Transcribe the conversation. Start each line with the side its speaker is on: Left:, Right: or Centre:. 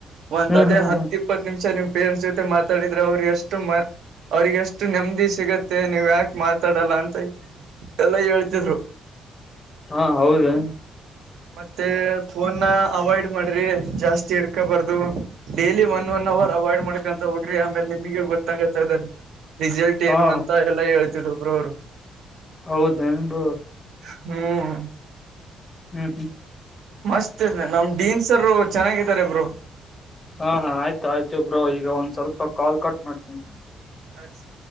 Right: ಒಂದ್
Left: ಹ್ಮ್
Right: ಅದೇ
Left: ಹ್ಮ್
Right: ಹತ್ತಿ ಇಪ್ಪತ್ತು ನಿಮಿಷ ನಿಮ್ ಪೇರೆಂಟ್ಸ್ ಜೊತೆ ಮಾತಾಡಿದ್ರ ಅವರು ಎಷ್ಟು ಅವ್ರಿಗೆ ಎಷ್ಟು ನೆಮ್ಮದಿ ಸಿಗತ್ತೆ ನೀವ್ ಯಾಕ ಮಾತಾಡಲ್ಲ ಅಂತ ಎಲ್ಲಾ ಹೇಳ್ತಿದ್ರು
Left: ಹಾ ಹೌದು
Right: ಮತ್ತೆ ಫೋನ್ ಅವಾಯ್ಡ್ ಮಾಡ್ರಿ ಜಾಸ್ತಿ ಹಿಡ್ಕೊಬಾರ್ದ daily one one hour avoid ಮಾಡ್ಕೊಂತ ಹೋಗ್ರಿ ಆಮೇಲೆ ನಿಮಗೆ ಗೊತ್ತಾಗತ್ತೆ ಅಲ್ಲಿ ರಫಿಸಲ್ಟ್
Left: ಹಾ
Right: ಏನು ಅಂತ ಎಲ್ಲ ಹೇಳ್ತಿದ್ ಬ್ರೋ ಅವರು
Left: ಹೌದ ಏನು ಬ್ರೋ
Right: ಹ್ಮ್
Left: ಹ್ಮ್ ಹ್ಮ್
Right: ಮಸ್ತ್ ನಮ್ ಡೀನ್ ಸರ್ ಚೆನ್ನಾಗಿದ್ದಾರೆ ಬ್ರೋ
Left: ಹಾ ಹಾ ಆಯ್ತು ಆಯ್ತು ಬ್ರೋ ಈಗ ಒಂದ್ ಸ್ವಲ್ಪ ಕಾಲ್ ಕಟ್ ಮಾಡ್ತೀನಿ
Right: ಸರಿ ಸರಿ